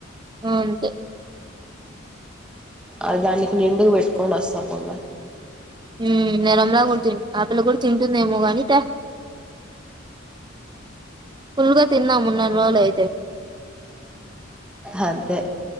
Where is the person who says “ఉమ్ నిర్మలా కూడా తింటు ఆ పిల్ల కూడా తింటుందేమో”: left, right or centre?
Right